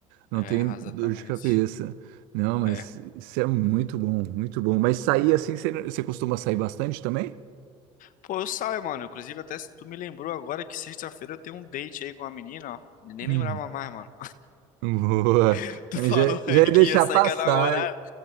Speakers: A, on the right; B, on the left.
A: não
B: é,
A: tem
B: exatamente.
A: dor de cabeça. Não, mas
B: É.
A: isso é muito bom, muito bom. Mas sair assim, você, você costuma sair bastante também?
B: Pô, eu saio, mano. Inclusive, até se tu me lembrou agora que sexta-feira eu tenho um date aí com uma menina, ó. Nem
A: Hum,
B: lembrava mais, mano.
A: boa.
B: <laughs> Tu
A: Mas
B: falou
A: Já, já
B: aí
A: ia deixar
B: que ia sair
A: passar.
B: com a namorada.
A: É,